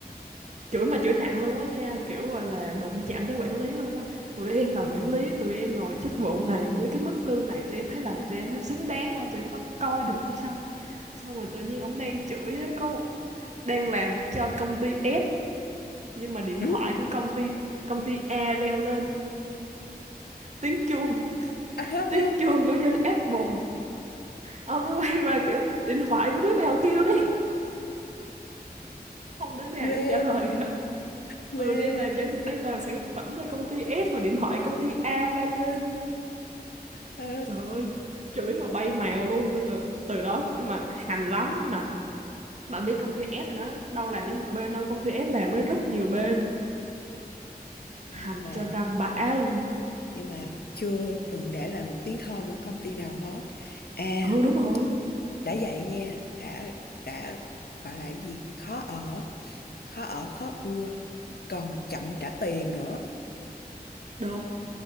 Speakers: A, on the right (about 45°); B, on the left (about 75°).
A: chửi mà chửi nặng luôn á nha kiểu gọi là đụng chạm tới quản lý luôn á tụi em là quản lý tụi em ngồi chức vụ này với cái mức lương này tụi em thấy là tụi em có xứng đáng không tụi em có coi được hay không xong rồi tự nhiên ổng đang chửi á, có một- đang làm cho công ty S nhưng mà điện
B: ừ?
A: thoại
B: <laughs>
A: của công ty công ty A reo lên tiếng chuông
B: à, ha,
A: tiếng chuông của dân Apple ông nó quay ra kiểu điện thoại của đứa nào kêu đấy không đứa nào
B: quê
A: dám trả lời cả
B: quê
A: ừ đang làm cho đang làm sản phẩm cho công ty S mà điện thoại công ty A vang lên
B: ờ.
A: trời ơi chửi mà bay mèo luôn nên là từ đó mà hành lắm mà mà biết công ty S thì nó đâu làm với một bên đâu công ty S làm với rất nhiều bên hành
B: nhưng mà
A: cho ra bã luôn
B: nhưng mà chưa từng để lại một tiếng thơm ở công ty nào hết à
A: ừ đúng rồi
B: đã vậy nha đã đã gọi là cái gì khó ở khó ở khó ưa còn chậm trả tiền nữa
A: đúng